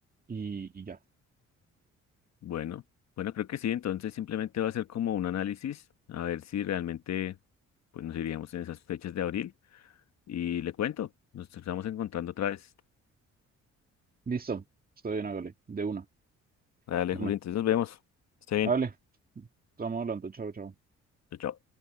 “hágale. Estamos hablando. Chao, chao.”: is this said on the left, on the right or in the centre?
Right